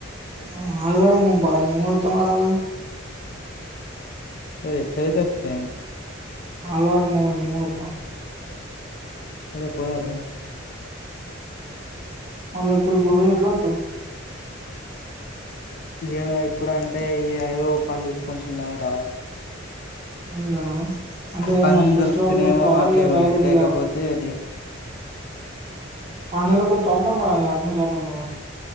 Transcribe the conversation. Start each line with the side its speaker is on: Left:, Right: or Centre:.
Right: ఆ ఆదివారం పోమ్ పారా నేమ్ కూడా ఒత్తాం ఆ రారు
Left: ఏ ఎట్లయితే అట్లే
Right: అదివారం పోదాం నేన్ కూడా ఒత్తా
Left: సరే పోదాం రా
Right: మల్లా ఇ ఇప్పుడు పోయి ఎప్పుడొత్తావ్
Left: ఏ ఇప్పుడు అంటే ఏ అయో పని చూసుకొని చిన్నగ రా
Right: ఇంగా అంటే ఏమన్నా
Left: పని
Right: ఫెస్టివల్
Left: దొరుకుతనేమో
Right: కొత్తవా
Left: అట్టే
Right: ఇగ
Left: ఉండుడ్
Right: డైరెక్ట్
Left: లేకపోతే
Right: ఇగ
Left: లే
Right: ఆ నెలకొత్తావా మళ్ళా అటు నుంచి అటే నేను